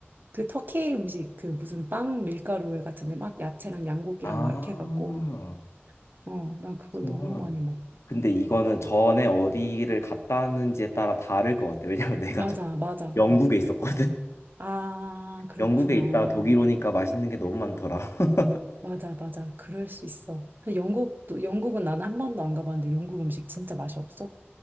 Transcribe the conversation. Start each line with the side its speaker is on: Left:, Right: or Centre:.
Right: 그 터키 음식, 그 무슨 빵 밀가루에 같은데 막 야채랑 양고기랑
Left: 아,
Right: 막 이렇게 해갖고, 어, 나 그걸
Left: 그렇구만.
Right: 너무 많이 먹어.
Left: 근데 이거는 전에 어디를 갔다 왔는지에 따라 다를 것 같아. 왜냐면 <laughs> 내가
Right: 맞아,
Left: 저
Right: 맞아.
Left: 영국에 있었거든. <laughs>
Right: 아, 그렇구나.
Left: 영국에 있다 독일 오니까 맛있는 게 너무 많더라. <laughs>
Right: 맞아, 맞아. 그럴 수 있어. 사실 영국도, 영국은 나는 한 번도 안 가봤는데 영국 음식 진짜 맛이 없어.